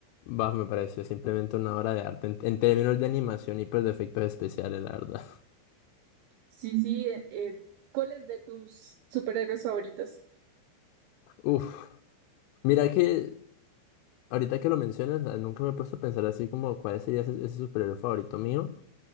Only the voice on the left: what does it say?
Bah, me pareció simplemente una obra de arte en, en términos de animación y pues de efectos especiales, la verdad.
<laughs> Uf. Mira que Ahorita que lo mencionas, ah, nunca me he puesto a pensar así como cuál sería ese, ese superhéroe favorito mío.